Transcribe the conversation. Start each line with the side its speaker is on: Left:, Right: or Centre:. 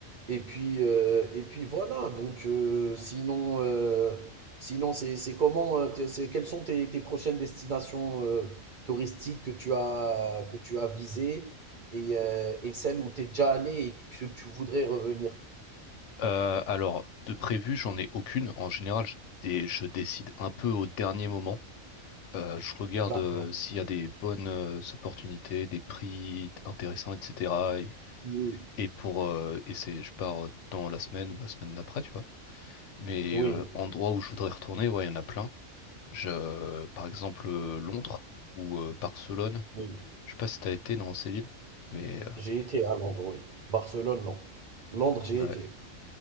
Right: Et puis, euh, et puis voilà. Donc, euh, sinon, euh, sinon, c'est c'est comment, euh, t'es- c'est quelles sont tes, tes prochaines destinations euh, touristiques que tu as que tu as visées et, euh, et celles où tu es déjà allé et que tu voudrais revenir.
Left: Euh, alors, de prévu, j'en ai aucune. En général, je, dé- je décide un peu au dernier moment. Euh, je regarde
Right: D'accord.
Left: euh, s'il y a des bonnes euh, opportunités, des prix intéressants, etc.
Right: Oui.
Left: Et pour euh, et c'est je pars dans la semaine ou la semaine d'après, tu vois. Mais
Right: Oui,
Left: euh, endroits où je voudrais retourner, ouais, il y en a plein. Je, euh, par exemple euh, Londres ou euh, Barcelone.
Right: oui.
Left: Je sais pas si t'as été dans ces villes, mais
Right: J'ai été à Londres, oui. Barcelone, non. Londres, j'ai
Left: euh,
Right: été.
Left: ouais,